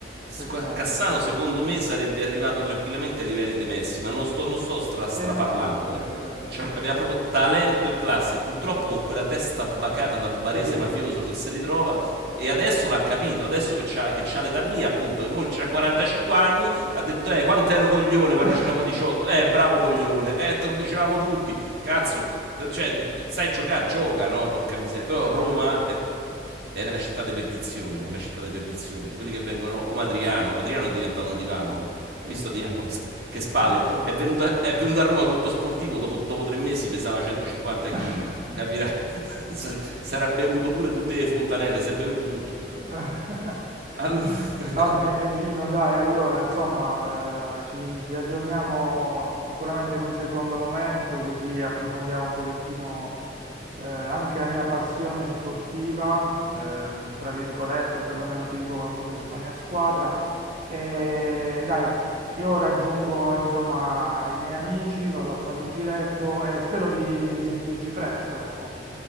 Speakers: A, on the right; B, on the right.
A: squa-
B: peccato.
A: Cassano secondo me sarebbe arrivato tranquillamente ai livelli di Messi, ma non sto, non sto stra- straparlando,
B: Sì, no, no, è
A: eh.
B: vero, è vero,
A: Cioè,
B: è vero.
A: aveva proprio talento e classe. Purtroppo con quella testa bacata da barese
B: Sì,
A: mafioso
B: sì, sì,
A: che si
B: sì,
A: ritrova.
B: sì, sì.
A: E adesso l'ha capito, adesso che c'ha, che c'ha l'età mia, appunto, che mo c'ha 45 anni, ha detto, eh, quanto ero coglione quando
B: <laughs>
A: ce n'avevo 18. Eh, bravo coglione, eh, te lo dicevamo tutti. Cazzo, te- cioè, de- de- sai giocare, gioca, no? Porca miseria. Però
B: Mannaggia.
A: Roma è è una città di perdizione, è una città di perdizione. Quelli che vengono, come Adriano, Adriano è diventato un divano. Hai visto Adriano che, sp- che spalle?
B: Eh, sì,
A: È
B: sì,
A: venuto,
B: sì.
A: a- è venuto a Roma tutto sportivo, dopo, dopo tre mesi pesava 150 kg,
B: <laughs>
A: capirai? <laughs> S- Sarà bevuto pure tutte le fontanelle, si è bevuto tutto.
B: <laughs>
A: Allora... <laughs>
B: Va bene, Gino, dai, allora, insomma, eh, ci, ci aggiorniamo sicuramente in un secondo momento, così approfondiamo un pochettino eh, anche la mia passione sportiva, eh, tra virgolette, perlomeno ti dico qualcosa sulla mia squadra. E dai, io raggiungo, insomma, i miei amici, vado a fare un giretto e spero di, di risentirci presto, ecco.